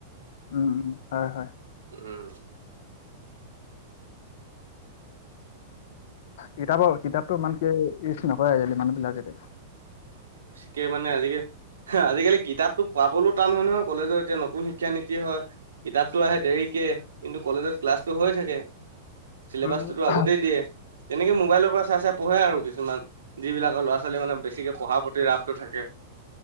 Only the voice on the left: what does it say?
উম উম হয় হয়।
কিতাপৰ কিতাপটো ইমানকে ইউজ নকৰে আজি কালি মানুহ বিলাকে
উম,